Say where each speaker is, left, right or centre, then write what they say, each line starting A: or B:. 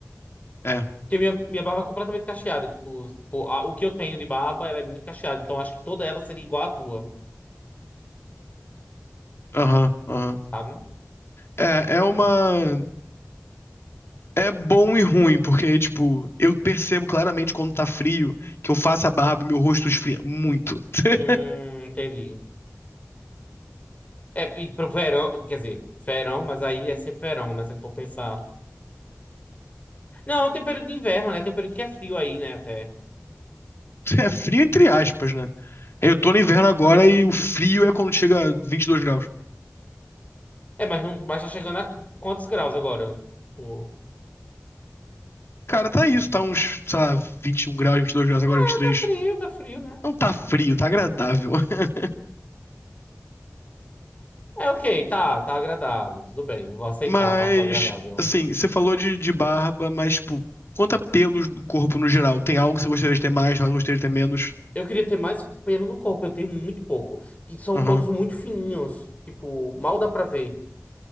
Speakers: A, on the left (about 55°); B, on the left (about 30°).
A: É,
B: Porque minha, minha barba é completamente cacheada, tipo, pô, a- o que eu tenho de barba, ela é muito cacheada, então acho que toda ela seria igual à tua,
A: aham, aham.
B: sabe?
A: É, é uma.
B: Hum,
A: É bom e ruim, porque, tipo, eu percebo claramente quando tá frio que eu faço a barba e meu rosto esfria muito. <laughs>
B: Hum, entendi. É, e pro verão, quer dizer, verão, mas aí é sempre verão, né? Se a gente for pensar. Não, tem período de inverno, né? Tem um período que é frio aí, né? Até.
A: É frio entre aspas, né? Eu tô no inverno agora e o frio é quando chega a 22 graus.
B: É, mas, não, mas tá chegando a quantos graus agora? Tipo,
A: Cara, tá isso, tá uns, sei lá, 21 graus, 22 graus agora,
B: é,
A: 23.
B: tá frio, tá frio, né?
A: Não tá frio, tá agradável. <laughs>
B: É, ok, tá, tá agradável, tudo bem, eu vou aceitar
A: Mas,
B: a parte do agradável.
A: assim, você falou de, de barba, mas, tipo, quanto a pelos no corpo no geral? Tem algo que você gostaria de ter mais, algo que você gostaria de ter menos?
B: Eu queria ter mais pelo no corpo, eu tenho muito pouco. E são
A: Aham,
B: todos muito fininhos, tipo, mal dá pra ver.